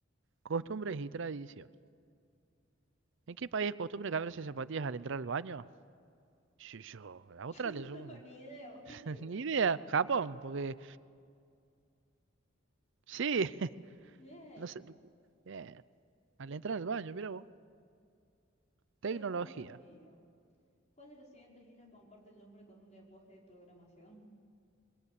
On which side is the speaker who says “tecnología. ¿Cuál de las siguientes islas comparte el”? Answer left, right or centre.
Left